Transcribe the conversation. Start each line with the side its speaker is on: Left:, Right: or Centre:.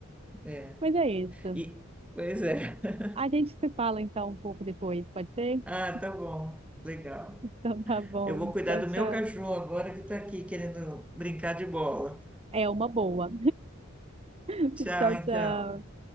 Centre: é.
Right: Mas é isso.
Centre: E, pois é. <laughs>
Right: A gente se fala então um pouco depois, pode ser?
Centre: Ah,
Right: <laughs>
Centre: tá bom, legal.
Right: Então tá bom.
Centre: Eu vou cuidar
Right: Tchau,
Centre: do meu
Right: tchau.
Centre: cachorro agora que está aqui querendo brincar de bola.
Right: É uma boa. <laughs>
Centre: Tchau,
Right: Tchau,
Centre: então.
Right: tchau.